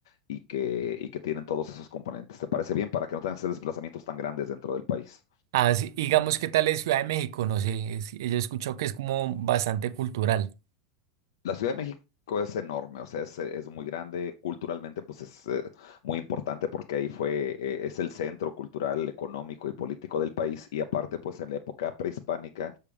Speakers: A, on the left (about 80°); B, on the right (about 70°).
A: y que, y que tienen todos esos componentes. ¿Te parece bien para que no tengas esos desplazamientos tan grandes dentro del país?
B: Ah, sí, digamos, ¿qué tal es Ciudad de México? No sé, es- yo he escuchado que es como bastante cultural.
A: La Ciudad de México es enorme, o sea, es, es muy grande, culturalmente pues es eh, muy importante porque ahí fue, eh, es el centro cultural, económico y político del país y aparte pues en la época prehispánica,